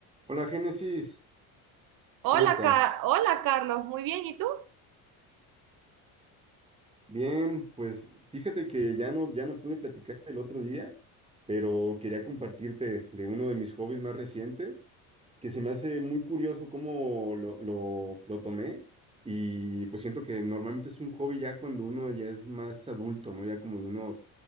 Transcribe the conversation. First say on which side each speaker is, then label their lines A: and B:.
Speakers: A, on the right; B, on the right.
A: Hola Génesis,
B: Hola,
A: ¿cómo estás?
B: Ca- hola Carlos, muy bien, ¿y tú?
A: Bien, pues fíjate que ya no, ya no pude platicarte el otro día, pero quería compartirte de uno de mis hobbies más recientes, que se me hace muy curioso cómo lo, lo, lo tomé y pues siento que normalmente es un hobby ya cuando uno ya es más adulto, ¿no? Ya como de unos